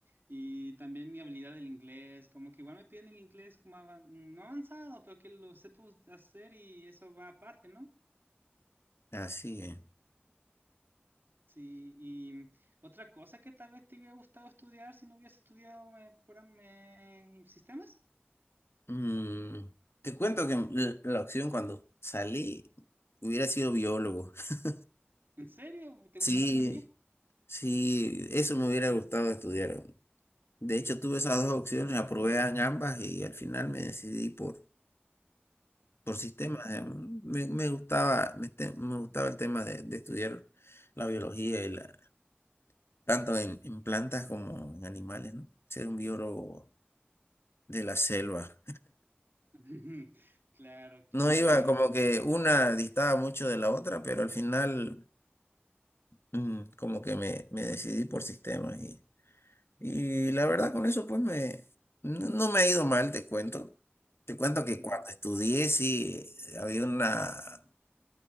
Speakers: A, on the right; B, on the left.
A: y también mi habilidad del inglés, como que igual me piden el inglés como ava- no avanzado, pero que lo sepa hacer y eso va aparte, ¿no?
B: Así es.
A: Sí, y otra cosa que tal vez te hubiera gustado estudiar si no hubieras estudiado eh, program- me sistemas.
B: Mm, te cuento que l- la opción cuando salí hubiera sido biólogo. <laughs>
A: ¿En serio? ¿Te
B: Sí,
A: gusta la biología?
B: sí, eso me hubiera gustado estudiar. De hecho, tuve esas dos opciones, aprobé en ambas y al final me decidí por por sistema.
A: Mm.
B: eh, Me, me gustaba, me, te- me gustaba el tema de, de estudiar la biología y la, tanto en, en plantas como en animales, ¿no? Ser un biólogo de la selva.
A: <laughs> Claro, claro,
B: No iba
A: y...
B: como que una distaba mucho de la otra, pero al final mm, como que me, me decidí por sistemas y, y la verdad con eso pues me, no no me ha ido mal, te cuento. Te cuento que
A: mm,
B: cuando estudié sí había una